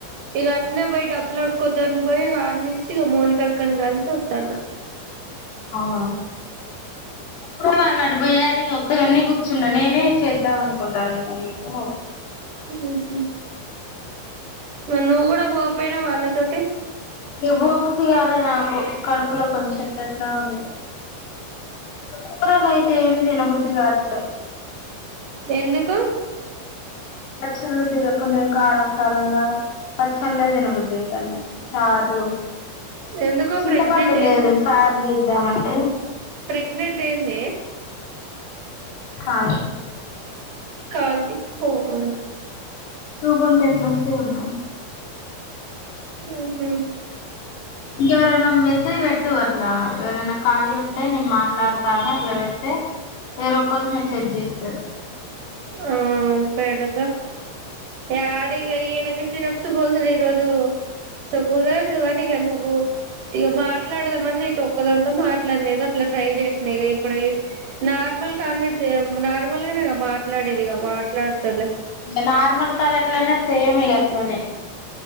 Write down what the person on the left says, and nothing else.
అవు ఇప్పుడే అన్నాడు వయ్యారి ఒక్కదన్న కూర్చున్నా నేనే చేద్దాం అనుకుంటాన ఇగ నీకు
ఇగ పో బుద్ధి కాలే నాకు కడుపులో కొంచె ఎట్లేట్లానో ఉంది కూరల అయితే ఏం తిన బు ది కాట్లే
పచ్చళ్ళు తినకుండా కారం కారంగా పచ్చళ్లే తినబుద్ది అయితాంది చార్లు
చింతపండు
లేదు చారు చే దామంటే
కాదు
దూగుంటే ఎట్లా వస్తాయ్ అమ్మాయి
ఇంకెవరైనా మెసేజ్ పెట్టు అట్లా ఎవరైనా ఖాళీ ఉంటే నేను మాట్లాడతా అని అట్లా పెడితే ఎవరో ఒకరు మెసేజ్ చేస్తారు
నార్మల్ కాల్ ఎట్లానో సేమ్ ఇగ అట్లనే